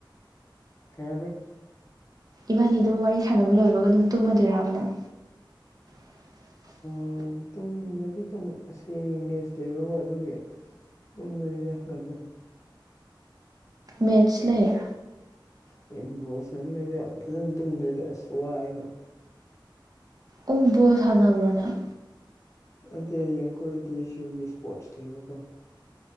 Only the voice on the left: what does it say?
ꯀꯩ ꯍꯥꯏꯕꯔ꯫
ꯎꯝ ꯇꯨꯝꯃꯗꯤ ꯇꯨꯝ ꯑꯁꯤ ꯍꯌ‌ꯦꯡ ꯃꯦꯠꯆ ꯂꯩꯕ ꯑꯗꯨꯒꯤ ꯇꯨꯝꯃꯅꯤꯗ ꯉꯟꯅ
ꯍꯌ‌ꯦꯡ ꯕꫭꯜ ꯁꯥꯟꯅ ꯅꯤꯉꯥꯏꯅ ꯐꯖꯅ ꯇꯨꯝꯗ꯭ꯔꯗꯤ ꯑꯁ ꯋꯥꯏꯌꯦꯕ
ꯑꯇꯩ ꯍꯌꯦꯡ ꯑꯩꯈꯣꯏ ꯇꯤ ꯑꯦꯁ ꯌꯨꯒꯤ ꯏꯁꯄꯣꯔꯠꯁ ꯂꯩꯕꯀꯣ